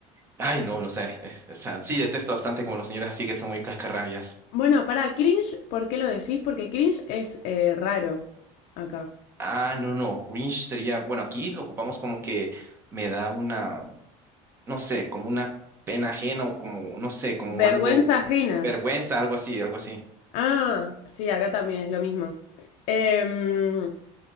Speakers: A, on the right (about 20°); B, on the left (about 55°).
A: ay, no, no sé, eh, o sea, sí detesto bastante como los señores así que son muy cascarrabias.
B: Bueno, para cringe, ¿por qué lo decís? Porque cringe es eh, raro acá.
A: Ah, no, no, cringe sería, bueno, aquí lo ocupamos como que me da una, no sé, como una pena ajena o como, no sé, como
B: Vergüenza
A: algo,
B: ajena.
A: vergüenza, algo así, algo así.
B: Ah, sí, acá también es lo mismo. Em,